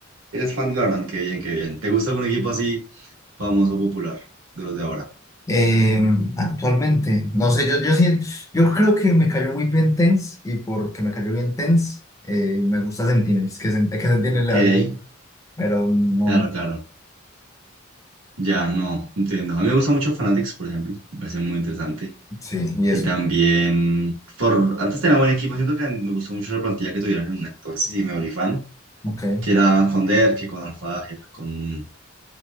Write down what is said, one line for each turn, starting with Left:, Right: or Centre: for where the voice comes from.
Right: Eres fan de Valorant, qué bien, qué bien. ¿Te gusta algún equipo así famoso, popular, de los de ahora?
Left: Eh, actualmente, no sé, yo, yo, sí- yo creo que me cayó muy bien Tense y porque me cayó bien Tense, eh, me gusta Sentinels, que, Sent- que Sentinels
Right: Ok,
Left: le vaya bien, pero no,
Right: claro, claro. Ya, no, entiendo. A mí me gusta mucho Fanatics, por ejemplo. Me parece muy interesante.
Left: sí, y eso.
Right: Y también, For- antes tenía buen equipo. Siento que me gustó mucho la plantilla que tuvieron en- entonces y me volví fan.
Left: Ok.
Right: Que era con Derke, con Alfájer, con,